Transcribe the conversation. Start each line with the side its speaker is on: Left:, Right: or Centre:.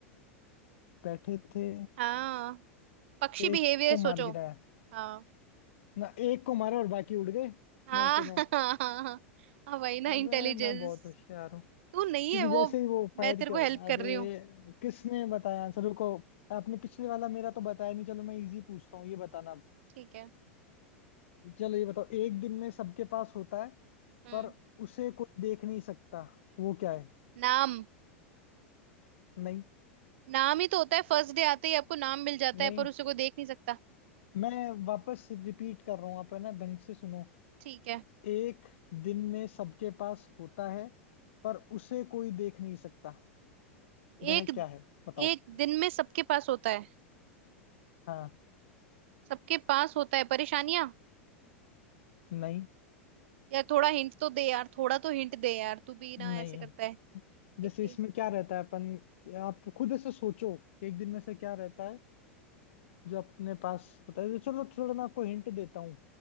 Left: बैठे थे
Right: हाँ पक्षी
Left: एक
Right: बिहेवियर
Left: को
Right: सोचो
Left: मार गिराया
Right: हाँ
Left: ना एक को मारा और बाकी उड़ गए
Right: हाँ
Left: नौ के
Right: <laughs>
Left: नौ
Right: हाँ हाँ हाँ वही ना
Left: अबे
Right: इंटेलिजेंस
Left: मैं बहुत होशियार हूँ
Right: तू नहीं
Left: क्योंकि
Right: है वो
Left: जैसे ही वो
Right: मैं
Left: फायर
Right: तेरे
Left: किया
Right: को हेल्प कर
Left: अरे
Right: रही हूँ
Left: किसने बताया आंसर रुको आपने पिछले वाला मेरा तो बताया नहीं चलो मैं इजी पूछता हूँ ये बताना अब।
Right: ठीक है
Left: चलो ये बताओ एक दिन में सबके पास होता है
Right: हम्म
Left: पर उसे कोई देख नहीं सकता वो क्या है
Right: नाम
Left: नहीं
Right: नाम ही तो होता है फर्स्ट डे आते ही आपको नाम मिल जाता
Left: नहीं
Right: है पर उसे कोई देख नहीं सकता
Left: मैं वापस रिपीट कर रहा हूँ आप है ना ढंग से सुनो
Right: ठीक है
Left: एक दिन में सबके पास होता है पर उसे कोई देख नहीं सकता वह
Right: एक
Left: क्या है बताओ
Right: एक दिन में सबके पास होता है
Left: हाँ
Right: सबके पास होता है परेशानियां
Left: नहीं
Right: यार थोड़ा हिंट तो दे यार थोड़ा तो हिंट दे यार तू भी ना
Left: नहीं
Right: ऐसे करता है
Left: जैसे
Right: <laughs>
Left: इसमें क्या रहता है अपन आप खुद ऐसे सोचो कि एक दिन में से क्या रहता है जो अपने पास होता है तो चलो थोड़ा मैं आपको हिंट देता हूँ